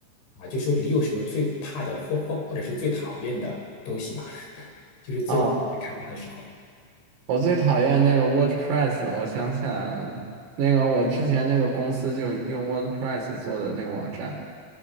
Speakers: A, on the left; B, on the right.
A: 啊，就说你有什么最怕的或或或者是最讨厌的东西嘛？<laughs> 就是做开发的时候。
B: 啊我最讨厌那个 WordPress，我想想，那个我之前那个公司就用 WordPress 做的那个网站，